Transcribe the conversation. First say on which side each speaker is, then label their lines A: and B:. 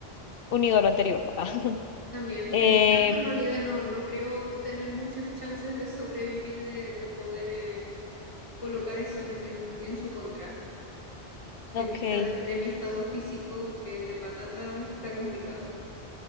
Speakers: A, on the left (about 65°); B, on the left (about 30°).
A: unido a lo anterior. <laughs>
B: También,
A: Eh,
B: en mi caso, en realidad no, no creo tener muchas chances de sobrevivir, de, de poder eh, colocar eso en, en en su contra. En
A: ok.
B: vista de, de mi estado físico, que de patata está complicado.